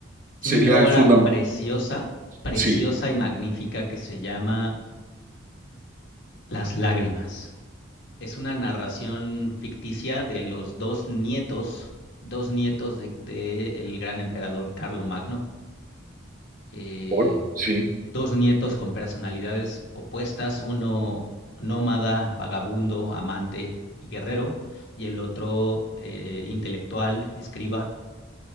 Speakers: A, on the left; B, on the right.
A: Tiene
B: sería
A: una obra
B: fundamental?
A: preciosa, preciosa
B: Sí,
A: y magnífica que se llama Las lágrimas. Es una narración ficticia de los dos nietos, dos nietos del de, el gran emperador Carlo Magno. Eh,
B: por- sí.
A: dos nietos con personalidades opuestas, uno nómada, vagabundo, amante y guerrero, y el otro eh, intelectual, escriba,